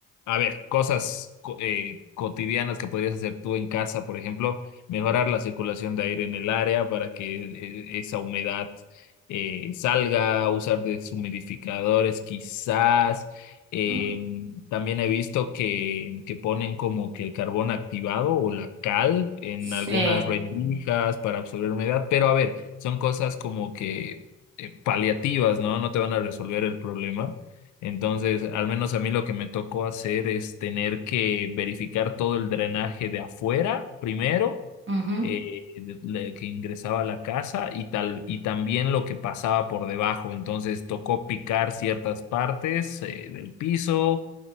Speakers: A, on the left (about 75°); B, on the right (about 40°).
A: a ver, cosas co- eh, cotidianas que podrías hacer tú en casa, por ejemplo, mejorar la circulación de aire en el área para que eh, esa humedad eh, salga, usar deshumidificadores quizás em,
B: mm,
A: también he visto que, que ponen como que el carbón activado o la cal en
B: Sí,
A: algunas rendijas para absorber humedad, pero a ver, son cosas como que eh, paliativas, ¿no? No te van a resolver el problema. Entonces, al menos a mí lo que me tocó hacer es tener que verificar todo el drenaje de afuera primero,
B: ujú,
A: eh, de- le- que ingresaba a la casa y tal, y también lo que pasaba por debajo. Entonces, tocó picar ciertas partes, eh, del piso